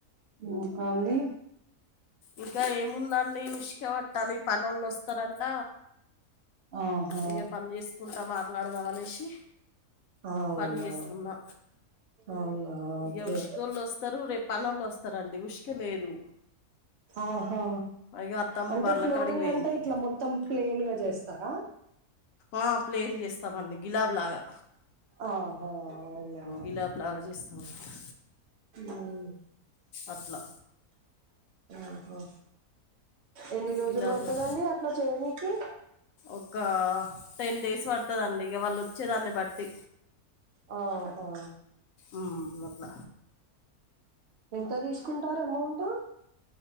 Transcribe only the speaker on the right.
ఉ కానీ
ఆహా
అవునా
అవునా ఓకే
ఆహా
అంటే
ఫ్లోరింగ్
అంటే ఇట్లా మొత్తం ప్లెయిన్ గా జేస్తారా
ఆహా అవునా
ఉమ్
ఆహా ఎన్ని రోజులు
పడతదండి అట్లా చేయనికి
ఆహా
ఎంత తీసుకుంటారు అమౌంట్